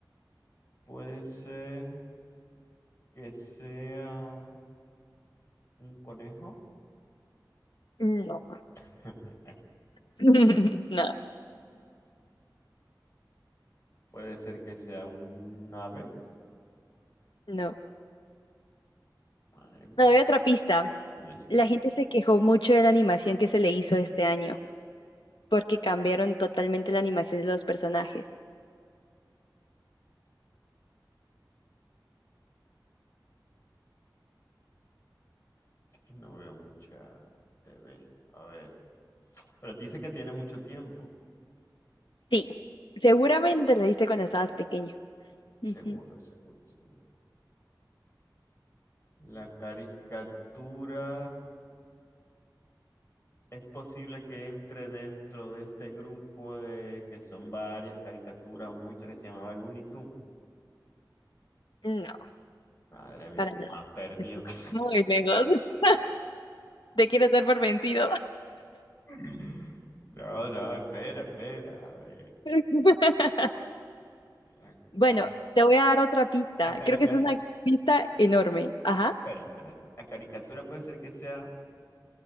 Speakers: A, on the left; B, on the left.
A: puede ser que sea un conejo.
B: No.
A: <laughs>
B: <laughs> No,
A: Puede ser que sea un ave.
B: no.
A: Madre mía,
B: Me doy otra pista.
A: dime, dime.
B: La gente se quejó mucho de la animación que se le hizo este año, porque cambiaron totalmente la animación de los personajes.
A: Es que no veo mucha TV. A ver, pero dice que tiene mucho tiempo.
B: Sí, seguramente lo viste cuando estabas pequeño.
A: Seguro,
B: Ujú.
A: seguro, seguro. La caricatura Es posible que entre dentro de este grupo de que son varias caricaturas, muchas que se llamaba Looney Tunes.
B: No.
A: Madre mía,
B: para
A: tú
B: nada.
A: más perdido que...
B: Muy lejos. <laughs> Te quieres dar por vencido.
A: <laughs> No, no, espera, espera. A ver,
B: <laughs>
A: la,
B: Bueno,
A: ca-
B: te voy a dar otra pista.
A: la caricatura...
B: Creo que es una pista enorme. Ajá.
A: Espera, espera. La caricatura puede ser que sea